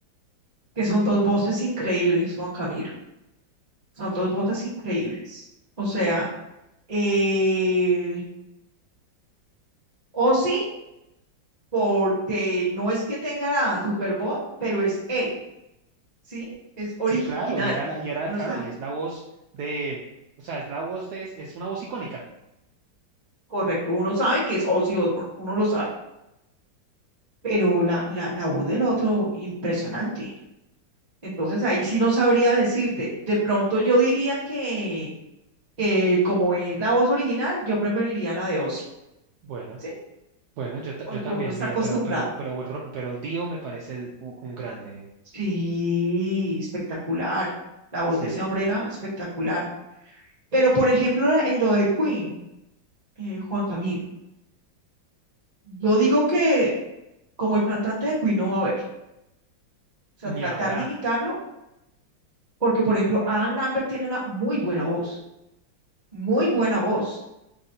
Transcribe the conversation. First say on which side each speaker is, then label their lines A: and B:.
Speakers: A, on the right; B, on the right.
A: Que son dos voces increíbles, Juan Camilo. Son dos voces increíbles. O sea, eh, Ozzy porque no es que tenga la super voz, pero es él, ¿sí? Es original.
B: Sí, claro, y era, la- y era,
A: Uno
B: claro,
A: sabe,
B: y es la voz de, o sea, es la voz de, es es una voz icónica.
A: correcto, uno sabe que es Ozzy Osbourne, uno lo sabe, pero la, la, la voz del otro, impresionante. Entonces ahí sí no sabría decirte. De pronto yo diría que, que como es la voz original, yo preferiría la de Ozzy,
B: Bueno,
A: ¿sí?
B: bueno, yo, ta-
A: Porque
B: yo también,
A: uno está
B: mira,
A: acostumbrado.
B: pero, pero, pero, Ro- pero Dio me parece un un grande,
A: Sí, espectacular. La voz
B: sí,
A: de ese hombre era espectacular. Pero por ejemplo, la- el lo de Queen, eh, Juan Camilo. Yo digo que como el cantante de Queen no va a haber, o sea,
B: ni
A: tratar
B: habrá.
A: de imitarlo, porque por ejemplo, Adam Lambert tiene una muy buena voz, muy buena voz,